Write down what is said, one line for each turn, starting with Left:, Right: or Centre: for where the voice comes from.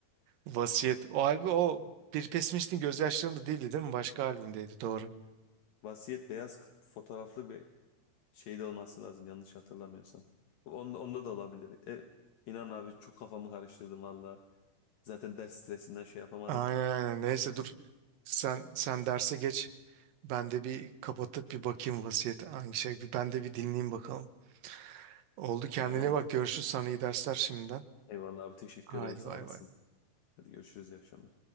Right: Vasiyet. O albüm o Bir Pesimistin Gözyaşlarında değildi değil mi? Başka albümdeydi doğru.
Left: Vasiyet beyaz fotoğraflı bir şeyde olması lazım yanlış hatırlamıyorsam. Onda, onda da olabilir. E, inan abi çok kafamı karıştırdım valla. Zaten ders stresinden şey yapamadım.
Right: Aynen aynen. Neyse dur sen sen derse geç. Ben de bir kapatıp bir bakayım vasiyet hangi şey. Bir ben de bir dinleyeyim bakalım. Oldu kendine
Left: Tamamdır.
Right: bak görüşürüz sana iyi dersler şimdiden.
Left: Eyvallah abi teşekkür
Right: Haydi
Left: ederim sağ
Right: bay
Left: olasın.
Right: bay.
Left: Hadi görüşürüz iyi akşamlar.